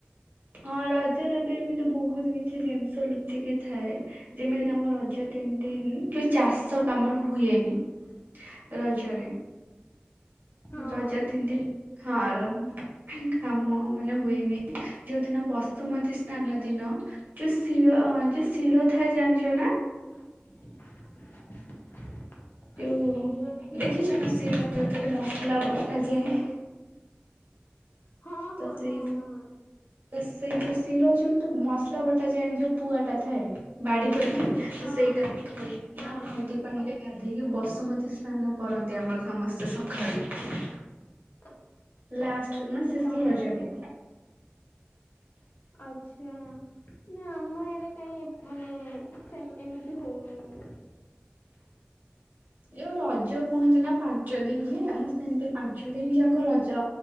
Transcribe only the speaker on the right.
ହଁ ରଜରେ ବି ଏମିତି ବହୁତ କିଛି ଜିନିଷ ଲୁଚିକି ଥାଏ। ଯେମିତି ଆମ ରଜ ତିନିଦିନି ଯୋଉ ଚାଷ କାମ ହୁଏନି। ରଜରେ।
ରଜ ତିନିତି ହଁ କାମ ମାନେ ହୁଏନି। ଯୋଉ ଦିନ ବସୁମତୀ ସ୍ନାନ ଦିନ ଯୋଉ ଶିଳ ଯୋଉ ଶିଳ ଥାଏ ଜାଣିଛ ନା?
ଯୋଉ
ଦେଖିଛ
ନା ଶିିଳ ଯୋଉଥିରେ ମସଲା ବଟାଯାଏ।
ତ
ସେଇ
ସେଇ ଯୋଉ ଶିଳ ଯୋଉ ମସଲା ବଟା ଯାଏନି ଯୋଉ ପୁଆ ଟା ଥାଏ ବାଡି ପରିକା ତ
ସେଇଟାକୁ ଥଦି
ହଳଦୀ ପାଣିରେ ଗାଧେଇକି ବସୁମତୀ ସ୍ନାନ କରନ୍ତି ଆମର ସମସ୍ତେ ସକାଳୁ।
ଲାଷ୍ଟ
ନା ଶେଷ
ରଜରେ?
ଯୋଉ ରଜ କୁହନ୍ତି ନା ପାଞ୍ଚ ଦିନ ହୁଏ ଆମ ସେମିତି ପାଞ୍ଚ ପାଞ୍ଚ ଦିନି ଯାଙ୍କ ରଜ